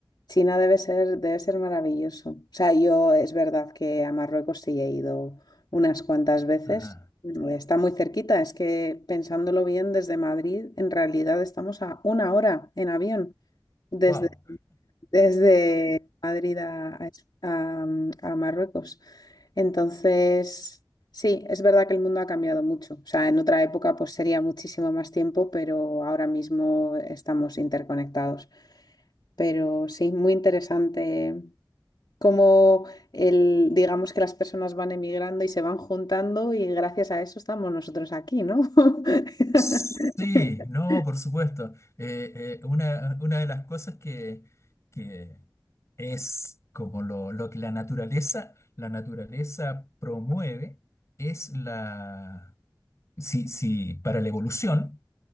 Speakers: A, on the left; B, on the left.
A: China debe ser, debe ser maravilloso. O sea, yo es verdad que a Marruecos sí he ido unas cuantas veces.
B: Ajá.
A: Mm, Está muy cerquita, es que pensándolo bien, desde Madrid en realidad estamos a una hora en avión desde
B: Wow.
A: desde Madrid a, a Es- a, mm, a Marruecos. Entonces, sí, es verdad que el mundo ha cambiado mucho. O sea, en otra época pues sería muchísimo más tiempo, pero ahora mismo estamos interconectados. Pero sí, muy interesante cómo el, digamos que las personas van emigrando y se van juntando y gracias a eso estamos nosotros aquí, ¿no? <laughs>
B: Sí, no, por supuesto. Eh, eh, una, una de las cosas que, que es como lo, lo que la naturaleza, la naturaleza promueve es la, sí, sí, para la evolución,